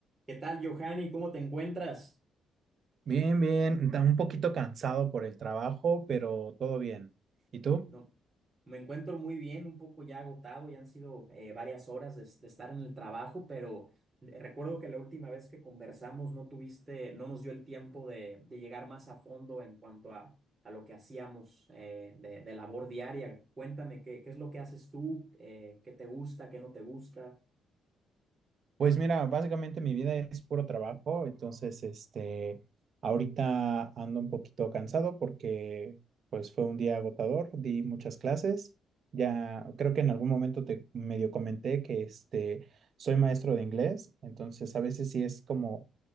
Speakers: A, on the right (about 25°); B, on the right (about 55°).
A: ¿Qué tal, Johanny? ¿Cómo te encuentras?
B: Bien, bien, ta- un poquito cansado por el trabajo, pero todo bien. ¿Y tú?
A: No, me encuentro muy bien, un poco ya agotado, ya han sido eh, varias horas de, de estar en el trabajo, pero recuerdo que la última vez que conversamos no tuviste, no nos dio el tiempo de, de llegar más a fondo en cuanto a, a lo que hacíamos eh, de, de labor diaria. Cuéntame, ¿qué, qué es lo que haces tú? Eh, ¿qué te gusta? ¿Qué no te gusta?
B: Pues mira, básicamente mi vida es puro trabajo, entonces este, ahorita ando un poquito cansado porque pues fue un día agotador, di muchas clases, ya creo que en algún momento te medio comenté que este, soy maestro de inglés, entonces a veces sí es como